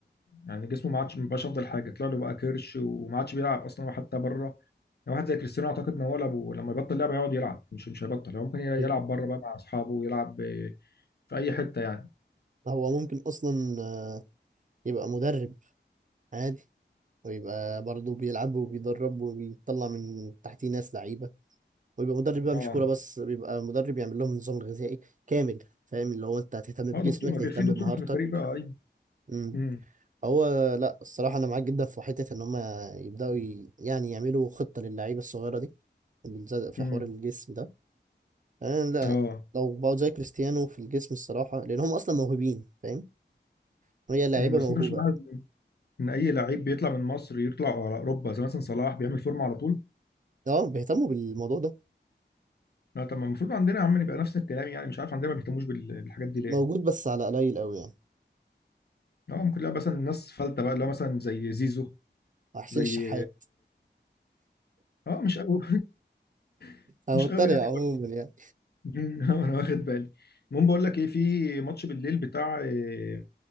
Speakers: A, on the left; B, on the right.
A: يعني جسمه ما عادش ما بقاش افضل حاجه طلع له بقى كرش وما عادش بيلعب اصلا حتى بره يعني واحد زي كريستيانو اعتقد ان هو لو- لما يبطل لعبه يقعد يلعب مش مش هيبطل هو ممكن يلعب
B: بالظبط.
A: بره بقى مع اصحابه ويلعب آه، في اي حته يعني
B: هو ممكن اصلا آه، يبقى مدرب عادي ويبقى برضه بيلعب وبيدرب وبيطلع من تحتيه ناس لعيبه ويبقى مدرب بقى
A: اه
B: مش كوره بس بيبقى مدرب يعمل لهم النظام الغذائي كامل فاهم اللي هو انت هتهتم بجسمك
A: اه دكتور ما
B: تهتم
A: بي- في دكتور
B: بمهارتك
A: في الفريق بقى ايوه
B: امم
A: امم
B: هو لا الصراحه انا معاك جدا في حته ان هم يبداوا ي... يعني يعملوا خطه للعيبه الصغيره دي بالذات في
A: امم
B: حوار الجسم ده انا لا
A: اه
B: لو بقوا زي كريستيانو في الجسم الصراحه لان هم اصلا موهوبين فاهم هي لعيبه
A: امم بس
B: موهوبه
A: انت مش معاه ان اي لعيب بيطلع من مصر يطلع على اوروبا زي مثلا صلاح بيعمل فورمه على طول
B: اه بيهتموا بالموضوع ده
A: لا طب ما المفروض عندنا يا عم يبقى نفس الكلام يعني مش عارف عندنا ما بيهتموش بال- بالحاجات دي ليه
B: موجود بس على قليل قوي يعني
A: اه ممكن لا مثلا الناس فلتة بقى اللي هو مثلا زي زيزو
B: حسين
A: زي
B: الشحات
A: اه مش قوي <laughs>
B: انا
A: مش
B: بتريق
A: قوي يعني
B: عموما
A: برضه
B: يعني
A: <laughs> آه، انا واخد بالي المهم بقول لك ايه في ماتش بالليل بتاع آه،